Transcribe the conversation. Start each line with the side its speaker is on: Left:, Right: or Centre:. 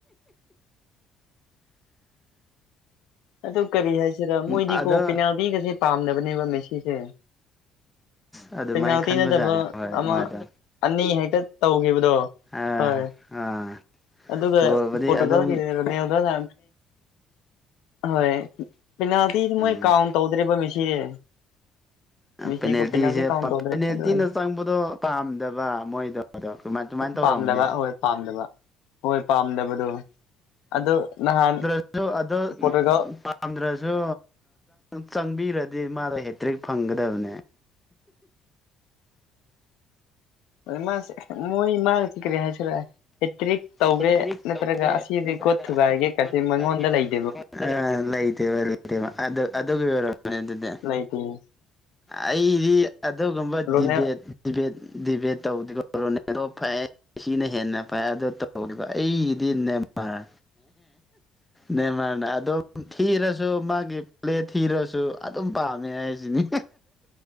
Left: <unintelligible> ꯑꯗꯨ ꯀꯔꯤ ꯍꯥꯏꯁꯤꯔ ꯃꯣꯏꯗꯤꯀꯣ
Centre: ꯑꯗꯣ
Left: ꯄꯦꯅꯥꯜꯇꯤꯒꯁꯦ ꯄꯥꯝꯅꯕꯅꯦꯕ ꯃꯦꯁꯤꯁꯦ
Centre: ꯑ ꯑꯗꯨꯃꯥꯏꯅ
Left: ꯄꯦꯅꯥꯜꯇꯤ
Centre: ꯈꯟꯕꯖꯥꯠꯅꯦ
Left: ꯅꯠꯇꯕ
Centre: ꯍꯣꯏ
Left: ꯑꯃ
Centre: ꯃꯥꯗ
Left: ꯑꯅꯤ ꯍꯦꯛꯇ ꯇꯧꯈꯤꯕꯗꯣ
Centre: ꯑꯥ
Left: ꯍꯣꯏ
Centre: ꯑꯥ
Left: ꯑꯗꯨꯒ
Centre: ꯒꯣꯜꯕꯨꯗꯤ
Left: ꯄꯣꯔꯇꯨꯒꯥꯜꯒꯤꯅꯦꯗꯅ
Centre: ꯑꯗꯨꯝ
Left: ꯍꯣꯏ ꯄꯤꯅꯥꯜꯇꯤ
Centre: ꯎꯝ
Left: ꯃꯣꯏ ꯀꯥꯎꯟ ꯇꯧꯗ꯭ꯔꯤꯕ ꯃꯦꯁꯤꯁꯦ ꯃꯦꯁꯤꯕꯨ
Centre: ꯄꯦꯅꯦꯜꯇꯤꯁꯦ
Left: ꯄꯦꯅꯥꯜꯇꯤ ꯀꯥꯎꯟ ꯇꯧꯗ꯭ꯔꯦ
Centre: ꯄꯦꯅꯦꯜꯇꯤꯅ
Left: ꯑꯗꯨ ꯑꯣꯏꯅ
Centre: ꯆꯪꯕꯗꯣ ꯄꯥꯝꯗꯕ ꯃꯣꯏꯗꯣ ꯑꯗꯣ ꯑꯗꯨꯃꯥꯏ ꯑꯗꯨꯃꯥꯏꯅ ꯇꯧꯔꯝꯕꯅꯦ
Left: ꯄꯥꯝꯗꯕ ꯍꯣꯏ ꯄꯥꯝꯗꯕ ꯍꯣꯏ ꯄꯥꯝꯗꯕꯗꯣ ꯑꯗꯣ ꯅꯍꯥꯟ
Centre: ꯍꯜꯂꯣ ꯑꯗꯣ
Left: ꯀꯣꯇꯒ
Centre: ꯌꯥꯝꯝꯗ꯭ꯔꯁꯨ ꯆꯪꯕꯤꯔꯗꯤ ꯃꯥꯗꯣ ꯍꯦꯇ꯭ꯔꯤꯛ ꯐꯪꯒꯗꯕꯅꯦ
Left: ꯃꯥ ꯃꯣꯏ ꯃꯥ ꯆꯤꯀ꯭ꯔ ꯍꯥꯏ ꯍꯦꯇ꯭ꯔꯤꯛ ꯇꯧꯒꯦ
Centre: ꯍꯦꯇ꯭ꯔꯤꯛ
Left: ꯅꯠꯇ꯭ꯔꯒ
Centre: ꯇꯧꯒꯦ
Left: ꯑꯁꯤ
Centre: ꯅꯠꯇ꯭ꯔꯒ
Left: ꯦꯀꯣꯔꯠ ꯊꯨꯒꯥꯏꯒꯦ
Centre: ꯑꯁꯤꯗꯤ
Left: ꯀꯁꯤ
Centre: ꯒꯣꯜ ꯊꯨꯒꯥꯏꯒꯦ
Left: ꯃꯉꯣꯟꯗ ꯂꯩꯒ
Centre: ꯀꯥꯏꯁꯦ ꯑ ꯂꯩꯇꯦꯕ ꯂꯩꯇꯦꯕ ꯑꯗꯨ ꯑꯗꯨꯒꯤ ꯑꯣꯏꯔꯣꯅꯦ ꯑꯗꯨꯗꯤ
Left: ꯣ
Centre: ꯑꯩꯗꯤ ꯑꯗꯨꯒꯨꯝꯕ
Left: ꯔꯣꯅꯦꯜ
Centre: ꯗꯤꯕꯦꯠ ꯗꯤꯦꯠ ꯗꯤꯕꯦꯠ ꯇꯧꯣꯣ ꯀꯤꯅ ꯍꯦꯟꯅ ꯐꯥꯏ ꯑꯗꯣ ꯇꯧꯒ ꯑꯩꯒꯤꯗꯤ ꯅꯦꯃꯔ ꯅꯃꯔ ꯑꯗꯨꯝ ꯊꯔ ꯁꯨ ꯃꯥꯒꯤ ꯄ꯭ꯂꯦꯠ ꯊꯤꯔꯁꯨ ꯑꯗꯨꯝ ꯄꯥꯝꯃꯦ ꯍꯥꯏꯁꯤꯅꯤ